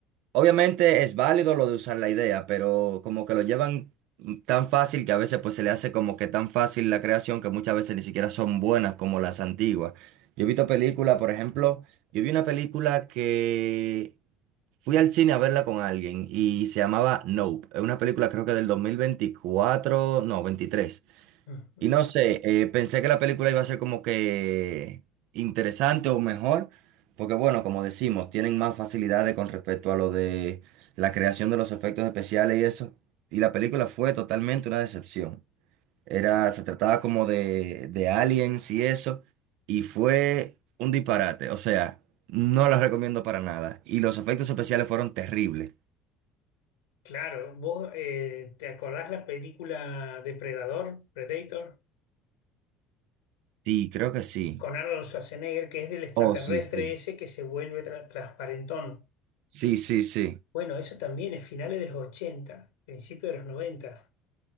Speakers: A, on the right; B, on the left.
A: Obviamente es válido lo de usar la idea, pero como que lo llevan tan fácil que a veces pues se le hace como que tan fácil la creación que muchas veces ni siquiera son buenas como las antiguas. Yo he visto películas, por ejemplo, yo vi una película que fui al cine a verla con alguien y se llamaba Nope. Es una película creo que del 2024, no, 23.
B: Ujú.
A: Y no sé, eh, pensé que la película iba a ser como que interesante o mejor, porque bueno, como decimos, tienen más facilidades con respecto a lo de la creación de los efectos especiales y eso. Y la película fue totalmente una decepción. Era, se trataba como de, de aliens y eso, y fue un disparate. O sea, no la recomiendo para nada. Y los efectos especiales fueron terribles.
B: Claro, vos eh, te acordás la película Depredador, Predator,
A: Sí, creo que sí.
B: con Arnold Schwarzenegger, que es del extraterrestre
A: Oh, sí, sí.
B: ese que se vuelve tra- transparentón.
A: Sí, sí, sí.
B: Bueno, eso también es finales de los ochenta principios de los noventa